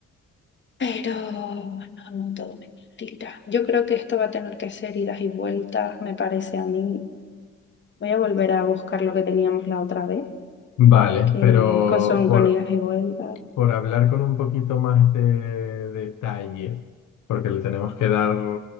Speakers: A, on the left; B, on the left.
A: Pero no, no, todo mentira. Yo creo que esto va a tener que ser idas y vueltas, me parece a mí. Voy a volver a buscar lo que teníamos la otra vez,
B: Vale,
A: que
B: pero
A: co- son
B: por
A: con idas y vueltas.
B: por hablar con un poquito más de detalle, porque le tenemos que dar